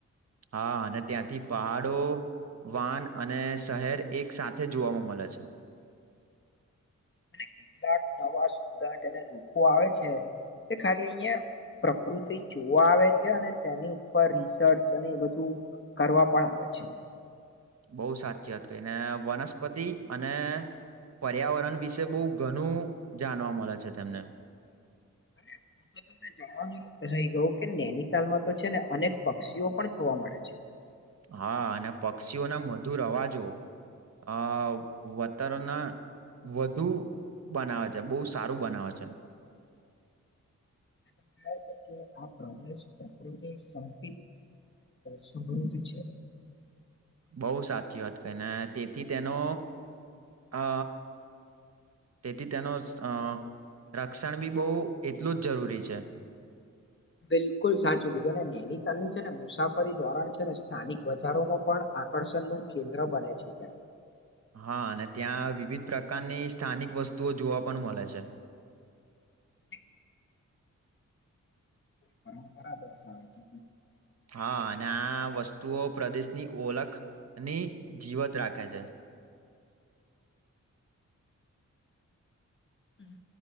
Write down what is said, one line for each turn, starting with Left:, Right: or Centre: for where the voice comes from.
Right: હા અને ત્યાંથી પહાડો વાન અને શહેર એક સાથે જોવામાં મળે છે
Left: <inaudible> <inaudible> કેટલાક નવા સ્ટુડન્ટ અને લોકો આવે છે તે ખાલી અહં પ્રકૃતિ જોવા આવે છે અને તેની ઉપર રિસર્ચ અને એ બધું કરવા પણ આવે છે
Right: બહુ સાચી વાત કઈને વનસ્પતિ અને પર્યાવરણ વિશે બહુ ઘણું જાણવા મળે છે તેમને
Left: <inaudible> <inaudible> જાણવાનું રહી ગયું કે નૈનીતાાલમાં તો છે ને અનેક પક્ષીઓ પણ જોવા મળે છે
Right: હા અને પક્ષીઓના મધુર અવાજો આ વાતરના વધુ બનાવે છે બહુ સારું બનાવે છે
Left: <inaudible> <inaudible> પ્રકૃતિ સંપ સંબંધ છે <inaudible>
Right: બહુ સાચી વાત એને તેથી તેનો અ તેથી તેનો અ રક્ષણ બી બહુ એટલું જ જરૂરી છે
Left: બિલકુલ સાચું કીધું અને નૈનીતાલની છે ને મુસાફરી દોરાન છે ને સ્થાનિક બજારોમાં પણ આકર્ષણ નું કેન્દ્ર બને છે ત્યાં
Right: હા અને ત્યાં વિવિધ પ્રકારની સ્થાનિક વસ્તુઓ જોવા પણ મળે છે
Left: હ પરંપરા દર્શાવ છે
Right: હા અને આ વસ્તુઓ પ્રદેશની ઓલખ ની જીવત રાખે છે
Left: હમ